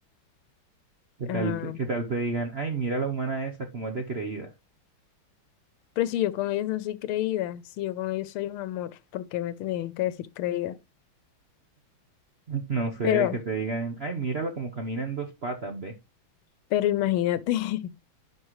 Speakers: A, on the right (about 60°); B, on the left (about 80°).
A: ¿Qué tal,
B: Ah,
A: te- qué tal te digan, ay, mira la humana esa, como es de creída?
B: pero si yo con ellos no soy creída, si yo con ellos soy un amor, ¿por qué me tenían que decir creída?
A: No sé,
B: Pero,
A: que te digan, ay, mírala como camina en dos patas, ve.
B: pero imagínate. <laughs>